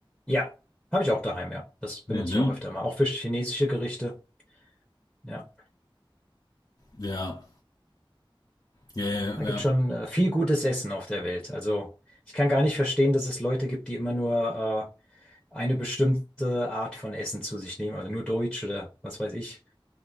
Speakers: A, in the centre; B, on the left (about 45°).
A: Ja, habe ich auch daheim, ja. Das benutze
B: Ne, ne?
A: ich auch öfter mal. Auch für chinesische Gerichte. Ja,
B: Ja. Ja, ja,
A: da
B: ja.
A: gibt schon äh, viel gutes Essen auf der Welt. Also ich kann gar nicht verstehen, dass es Leute gibt, die immer nur äh, eine bestimmte Art von Essen zu sich nehmen, also nur Deutsch oder was weiß ich.